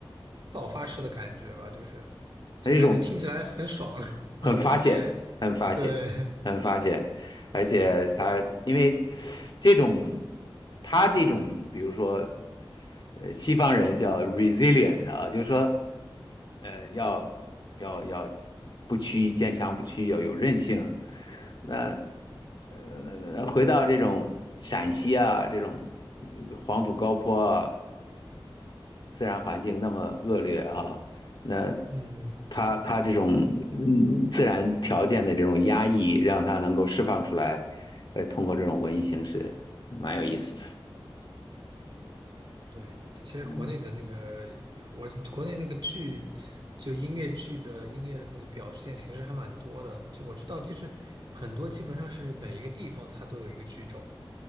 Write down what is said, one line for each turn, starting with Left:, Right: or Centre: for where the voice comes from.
Right: 爆发式的感觉吧，就是就感觉听起来很爽。
Left: 还是一种。很发泄，
Right: <laughs>
Left: 很发泄，
Right: 对，
Left: 很发泄，而且他因为这种，他这种，比如说，呃，西方人叫 resilient 啊，就是说，呃，要要要不屈，坚强不屈，要有韧性。那呃，回到这种陕西啊，这种呃黄土高坡啊，自然环境那么恶劣啊，那
Right: 嗯，
Left: 他他这种嗯自然条件的这种压抑，让他能够释放出来，呃，通过这种文艺形式，蛮有意思的。
Right: 对对，其实国内的那个我国内那个剧，
Left: 嗯，
Right: 就音乐剧的音乐的那个表现形式还蛮多的，就我知道，就是很多基本上是每一个地方它都有一个剧种。